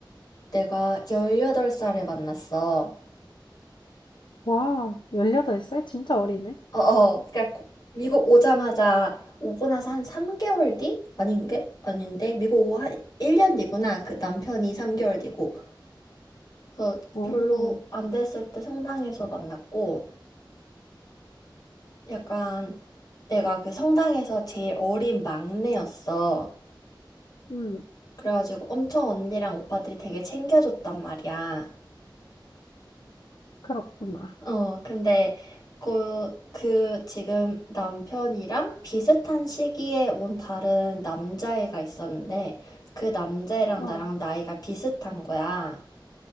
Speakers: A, on the left; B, on the left.
A: 내가 18살에 만났어.
B: 와, 18살? 진짜 어리네.
A: 어, 어, 그러니까 고- 미국 오자마자, 오고 나서 한 3개월 뒤? 아닌 게? 아닌데? 미국 오고 한 1년 뒤구나. 그 남편이 3개월 뒤고. 그래서
B: 오,
A: 별로 안 됐을 때 성당에서 만났고, 약간 내가 그 성당에서 제일 어린 막내였어.
B: 음,
A: 그래가지고 엄청 언니랑 오빠들이 되게 챙겨줬단 말이야.
B: 그렇구나.
A: 어, 근데 그, 그 지금 남편이랑 비슷한 시기에 온 다른 남자애가 있었는데 그 남자애랑
B: 어,
A: 나랑 나이가 비슷한 거야.